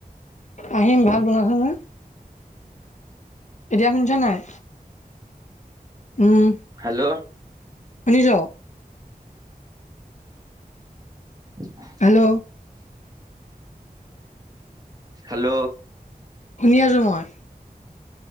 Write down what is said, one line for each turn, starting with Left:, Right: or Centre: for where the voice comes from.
Left: আহিম, ভাত বনাইছেনে? এতিয়া শুনিছ নে নাই? উম,
Right: হেল্ল,
Left: শুনিছ?
Right: <inaudible>
Left: হেল্ল,
Right: হেল্ল,
Left: শুনি আছো মই।